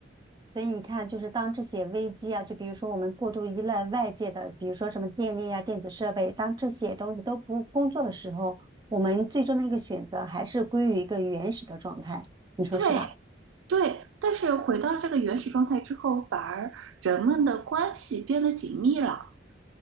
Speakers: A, on the right; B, on the right.
A: 所以你看，就是当这些危机啊，就比如说我们过度依赖外界的，比如说什么电力啊、电子设备，当这些东西都不工作的时候，我们最终的一个选择还是归于一个原始的状态，你说是吧？
B: 对对，但是回到了这个原始状态之后，反而人们的关系变得紧密了。